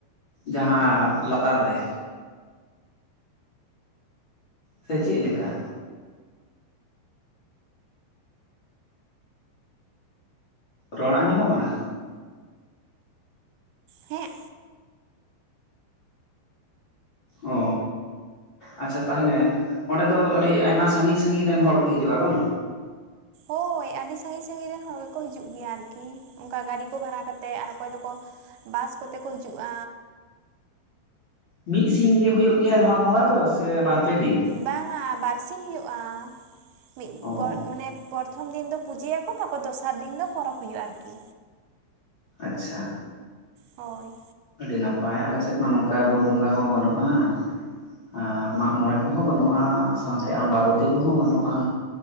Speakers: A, on the left (about 30°); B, on the right (about 80°).
A: ᱡᱟᱦᱟᱸ ᱞᱟᱛᱟᱨ ᱨᱮ? ᱥᱮ ᱪᱮᱜ ᱞᱮᱠᱟ? ᱨᱚᱲ ᱟᱸᱡᱚᱢᱚᱜ ᱠᱟᱱᱟ?
B: ᱦᱮᱸ
A: ᱚ ᱟᱪᱪᱷᱟ ᱛᱟᱦᱚᱞᱮ ᱚᱸᱰᱮ ᱫᱚ ᱟᱹᱰᱤ ᱟᱭᱢᱟ ᱥᱟᱹᱜᱤᱧ ᱥᱟᱹᱜᱤᱧ ᱨᱮᱱ ᱦᱚᱲ ᱠᱚ ᱦᱤᱡᱩᱜᱼᱟ ᱵᱟᱝ?
B: ᱦᱳᱭ ᱟᱹᱰᱤ ᱥᱟᱹᱜᱤᱧ ᱥᱟᱹᱜᱤᱧ ᱨᱮᱱ ᱦᱚᱲ ᱜᱮᱠᱚ ᱦᱤᱡᱩᱜ ᱜᱮᱭᱟ ᱟᱨᱠᱤ ᱚᱝᱠᱟ ᱜᱟᱹᱰᱤ ᱠᱚ ᱵᱷᱟᱲᱟ ᱠᱟᱛᱮᱜ ᱟᱨ ᱚᱠᱚᱭ ᱫᱚᱠᱚ ᱵᱟᱥ ᱠᱚᱛᱮ ᱠᱚ ᱦᱤᱡᱩᱜᱼᱟ
A: ᱢᱤ ᱥᱤᱧ ᱜᱮ ᱦᱩᱭᱩᱜ ᱜᱮᱭᱟ ᱱᱚᱣᱟ ᱵᱚᱸᱜᱟ ᱫᱚ ᱥᱮ ᱵᱟᱨ ᱯᱮ ᱫᱤᱱ?
B: ᱵᱟᱝᱟ ᱵᱟᱨ ᱥᱤᱧ ᱦᱩᱭᱩᱜᱼᱟ ᱢᱤᱫ
A: ᱚ
B: ᱯᱚᱨ ᱢᱟᱱᱮ ᱯᱚᱨ ᱯᱚᱛᱷᱚᱢ ᱫᱤᱱ ᱫᱚ ᱯᱩᱡᱟᱹᱭᱟᱠᱚ ᱛᱟᱯᱚᱨ ᱫᱚᱥᱟᱨ ᱫᱤᱱ ᱫᱚ ᱯᱚᱨᱚᱵᱽ ᱦᱩᱭᱩᱜᱼᱟ ᱟᱨᱠᱤ
A: ᱟᱪᱪᱷᱟ
B: ᱦᱳᱭ
A: ᱟᱹᱰᱤ ᱱᱟᱯᱟᱭ ᱟᱞᱮ ᱥᱮᱫ ᱢᱟ ᱱᱚᱝᱠᱟ ᱵᱩᱨᱩ ᱵᱚᱸᱜᱟ ᱦᱚᱸ ᱵᱟᱹᱱᱩᱜᱼᱟ ᱟᱨ ᱢᱟᱜᱢᱚᱬᱮ ᱠᱚᱦᱚᱸ ᱵᱟᱹᱱᱩᱜᱼᱟ ᱥᱟᱶᱛᱮ ᱟᱢᱵᱟᱵᱚᱛᱤ ᱛᱤ ᱠᱚᱦᱚᱸ ᱵᱟᱹᱱᱩᱜᱼᱟ